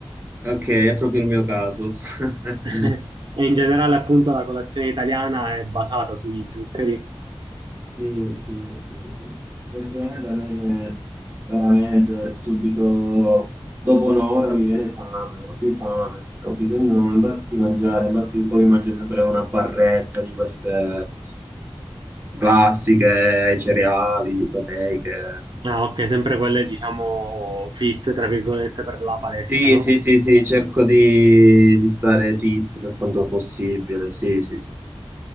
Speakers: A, on the right; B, on the right.
A: Ok, è proprio il mio caso. <laughs>
B: <laughs> E in generale appunto la colazione italiana è basata sugli zuccheri.
A: sì, sì, sì, sì. Effettivamente a me veramente subito dopo un'ora mi viene fame, ho più fame, ho bisogno infatti di mangiare, infatti poi mangio sempre una barretta di queste classiche, cereali, proteiche.
B: Ah, ok, sempre quelle diciamo fit, tra virgolette, per la palestra,
A: Sì,
B: no?
A: sì, sì, sì, cerco di, di stare fit per quanto possibile, sì, sì, sì. sì.